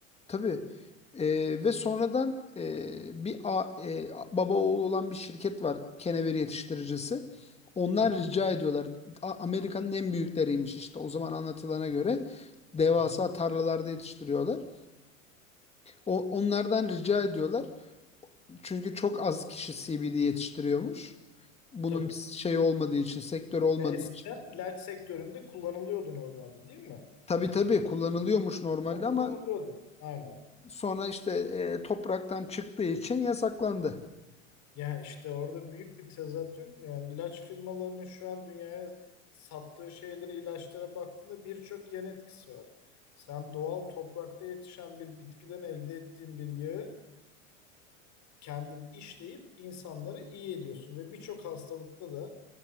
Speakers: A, on the left; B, on the left.
A: tabii eee, ve sonradan eee, bir a- eee, baba oğlu olan bir şirket var kenevir yetiştiricisi. Onlar
B: Hı
A: rica
B: hı,
A: ediyorlar. A- Amerika'nın en büyükleriymiş işte o zaman anlatılana göre devasa
B: hı hı.
A: tarlalarda yetiştiriyorlar. O, onlardan rica ediyorlar. Çünkü çok az kişi CBD yetiştiriyormuş. Bunun
B: Tabii.
A: bir şey olmadığı için, sektör olmadığı
B: Ya eskiden
A: için.
B: ilaç sektöründe kullanılıyordu normalde değil mi?
A: Tabii tabii kullanılıyormuş normalde
B: Ben
A: ama
B: kullanılıyordu. Aynen.
A: sonra işte e, topraktan çıktığı için yasaklandı.
B: Ya işte orada büyük bir tezat yok mu? Yani ilaç firmalarının şu an dünyaya sattığı şeylere, ilaçlara baktığında birçok yan etkisi var. Sen doğal toprakta yetişen bir bitkiden elde ettiğin bir yağı kendin işleyip insanları iyi ediyorsun ve birçok hastalıkta da